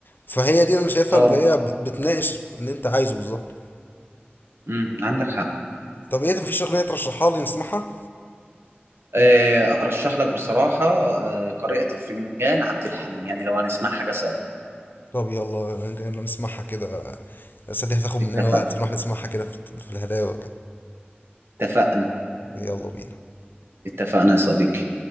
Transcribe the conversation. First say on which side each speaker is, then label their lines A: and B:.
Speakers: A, on the left; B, on the right.
A: فهي دي اللي انا شايفها
B: اه
A: اللي هي بت- بتناقش اللي انت عايزه بالظبط
B: امم عندك حق
A: طب ايه مفيش اغنية ترشحها لي نسمعها
B: آه، ارشح لك بصراحه آه، قارئة الفنجان عبد الحليم يعني لو هنسمع حاجه سوا
A: طب يلا يلا نسمعها كده بس دي هتاخد مننا
B: اتفقنا
A: وقت نروح نسمعها كده في في الهدايا وكده
B: اتفقنا
A: يلا بينا
B: اتفقنا يا صديقي